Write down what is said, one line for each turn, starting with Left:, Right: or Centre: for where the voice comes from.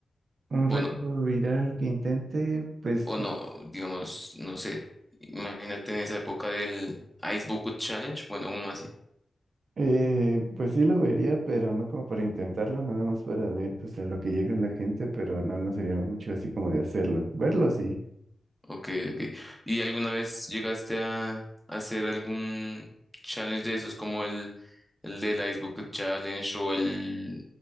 Right: un reto
Centre: o
Right: viral que intente, pues
Centre: o no, digamos, no sé, imagínate en esa época del Ice Bucket Challenge, bueno, uno así.
Right: Eh, pues sí lo vería, pero no como para intentarlo, nada más para ver pues a lo que llega la gente, pero no, no sería mucho así como de hacerlo. Verlo sí.
Centre: Ok, ok. ¿Y alguna vez llegaste a, hacer algún challenge de esos, como el, el del Ice Bucket Challenge o el,